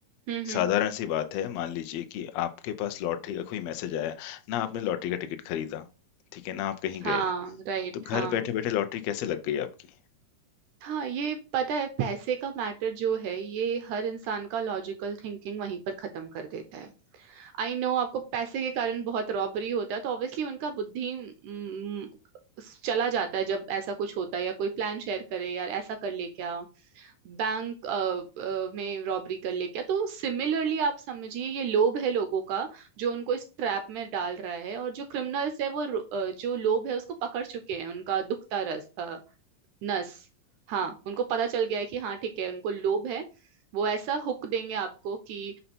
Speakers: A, on the right; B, on the left.
A: हम्म हम्म
B: साधारण सी बात है मान लीजिए कि आपके पास लॉटरी का कोई मैसेज आया ना आपने लॉटरी का टिकट खरीदा ठीक है ना आप कहीं
A: हाँ
B: गए
A: राइट
B: तो घर
A: हाँ
B: बैठे बैठे लॉटरी कैसे लग गई आपकी
A: हाँ ये पता है पैसे का मैटर जो है ये हर इंसान का लॉजिकल थिंकिंग वहीं पर खत्म कर देता है आई नो आपको पैसे के कारण बहुत रॉबरी होता है तो ऑब्वियसली उनका बुद्धि हम्म, चला जाता है जब ऐसा कुछ होता है या कोई प्लान शेयर करे यार ऐसा कर ले क्या बैंक में रॉबरी कर ले क्या तो सिमिलरली आप समझिए ये लोभ है लोगों का जो उनको इस ट्रैप में डाल रहा है और जो क्रिमिनल्स है वो रो- अ, जो लोभ है उसको पकड़ चुके हैं उनका दुखता रस नस हाँ उनको पता चल गया है कि हाँ ठीक है उनको लोभ है वो ऐसा हुक देंगे आपको कि